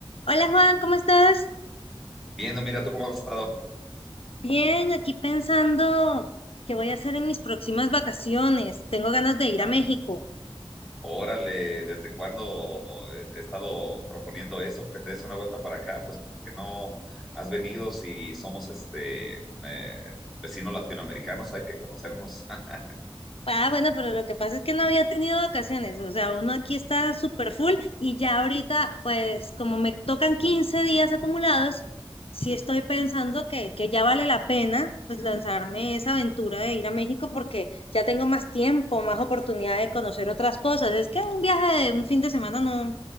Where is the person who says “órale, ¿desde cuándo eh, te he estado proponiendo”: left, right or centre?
Centre